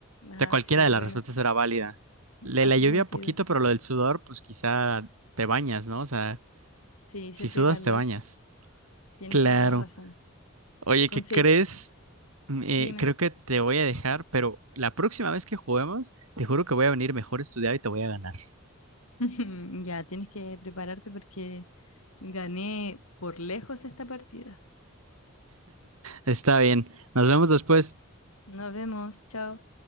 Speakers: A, on the left; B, on the right.
A: Ah,
B: O sea, cualquiera
A: sí,
B: de
A: bueno.
B: las respuestas era válida. Le
A: Hace
B: la lluvia
A: sentido.
B: poquito, pero lo del sudor, pues quizá te bañas, ¿no? O sea,
A: Sí, si
B: si
A: hacía
B: sudas,
A: calor,
B: te bañas.
A: tienes
B: Claro.
A: toda la razón.
B: Oye,
A: Conse-
B: ¿qué crees? Mm, Eh,
A: Dime.
B: creo que te voy a dejar, pero la próxima vez que juguemos, te juro que voy a venir mejor estudiado y te voy a ganar.
A: <laughs> Ya, tienes que prepararte porque gané por lejos esta partida.
B: Está bien, nos vemos después.
A: Nos vemos. Chao.